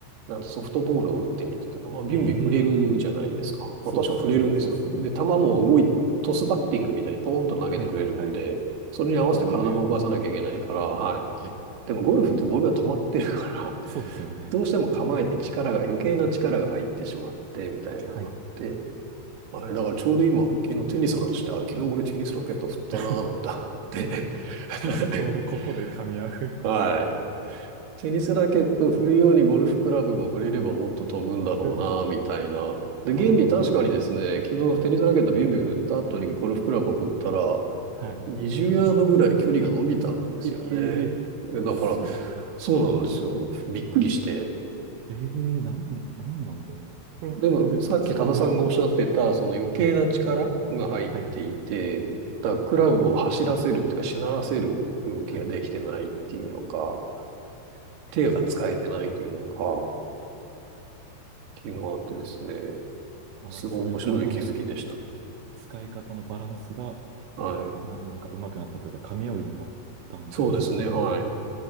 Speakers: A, on the right; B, on the right.
A: なんかソフトボールを打ってみてたら、まあ、ビュンビュン振れるじゃないですか。
B: ええーそうっすよね、
A: まあ、確かに振れるんですよ。
B: そうっすよね。
A: で、球も動い、トスバッティングみたいにポーンと投げてくれるんで、
B: はいはいはい。
A: それに合わせて体も動かさなきゃいけないから、
B: パコーンって、
A: はい。
B: はい。
A: でもゴルフってボールが止まってるから、
B: そうっすよね。
A: どうしても構えて力が、余計な力が入ってしまって、みたいなのがあって、
B: はい。
A: はい。だからちょうど今、昨日テニスの話して、あ、昨日俺テニスラケット振ったなぁなんて思って、
B: <laughs> ちょうどここで噛み合う
A: <laughs> はい。テニスラケットを振るようにゴルフクラブも振れればもっと飛ぶんだろうな、
B: そういうことか。
A: みたいな。で、現に確かにですね、
B: ああ、は
A: 昨日テニスラケットビュンビュン振った後にゴルフクラブを振ったら、
B: いね。
A: 20ヤードぐらい距離が伸びたんですよね。
B: ええー
A: でだから、
B: すご
A: そうなんですよ。びっくりして。
B: い。ええーなん、なんなんだろうな。これ結局、
A: でも、さっき多田さんがおっしゃってた、
B: 力の、
A: その余計な力が入っていて、
B: はいはい。はいはい。
A: だからクラブを走らせるっていうか、しならせる動きができてないっていうのか、
B: はいはい。ええー
A: 手が使えてないっていうのか、っていうのがあってですね。
B: まあなんかそういう体の
A: すごい面白い気づきでした。
B: 使い方のバランスが、
A: はい。
B: な、なんか上手くなったというか、噛み合うようになったんですかね。
A: そうですね。はい。